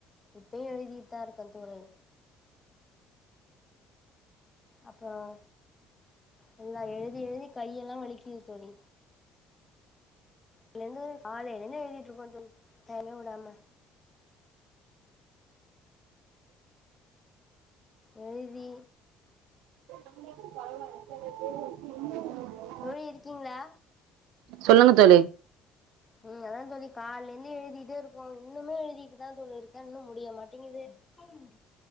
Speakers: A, on the left; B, on the right.
A: இப்பயும் எழுதிட்டுதா இருக்க தோழி அப்றோம் நல்லா எழுதி எழுதி கையெல்லா வலிக்குது தோழி ல இருந்து காலைல இருந்து எழுதிட்ருக்கோம் தோழி டைமே உடாம எழுதி
B: <inaudible>
A: தோழி இருக்கீங்களா
B: சொல்லுங்க தோழி
A: ம் அதா தோழி கால்ல இருந்து எழுதிட்டே இருக்கோம் இன்னுமே எழுதிட்டுதா தோழி இருக்கே இன்னும் முடிய மாட்டிங்கிது சொல்லுங்க